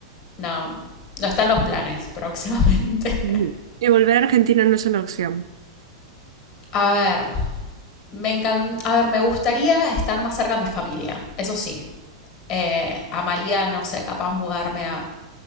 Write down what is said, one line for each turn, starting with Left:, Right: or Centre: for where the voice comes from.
Left: no, no están los planes <laughs> próximamente.
Right: ujú, Y volver a Argentina no es una opción.
Left: A ver, me encan... a ver, me gustaría estar más cerca de mi familia, eso sí, eh, amaría, no sé, capaz mudarme a